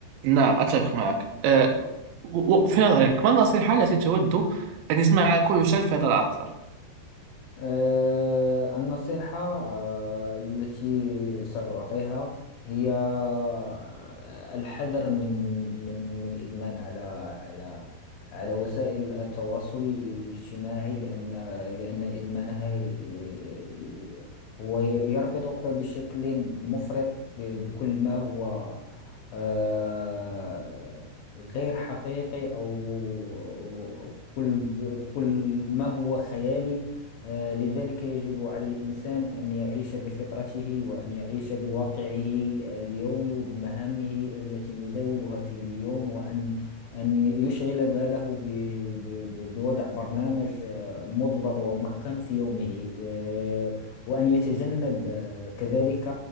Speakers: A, on the right; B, on the left.
A: نعم أتفق معك آه، و- و- في نظرك ما النصيحة التي تود أن يسمعها كل شاب في هذا العصر؟
B: آه، النصيحة آه، التي سأعطيها هي آه، الحذر من من من الإدمان على على على وسائل التواصل الاجتماعي لأن لأن إدمانها ي- ي- هو يربطك بشكل مفرط ب- بكل ما هو آه، غير حقيقي أو كل كل ما هو خيالي آه، لذلك يجب على الإنسان أن يعيش بفطرته وأن يعيش بواقعه اليومي وبمهامه التي يزاولها في اليوم وأن أن يشغل باله ب- ب- ب- بوضع برنامج آه، مضبط ومحكم في يومه آه، وأن يتجنب آه، كذلك